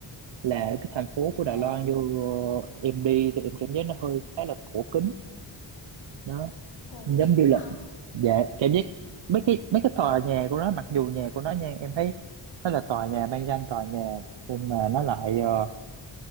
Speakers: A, on the right; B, on the left.
A: Là cái thành phố của
B: ờ
A: Đài Loan vô em đi thì em cảm giác nó hơi khá là cổ kính. đó,
B: cổ
A: giống
B: kính
A: như là
B: hả
A: dạ
B: ờ
A: cảm giác mấy cái mấy cái tòa nhà của nó mặc dù nhà của nó nha em thấy nó là tòa nhà mang danh tòa nhà nhưng mà nó lại ờ,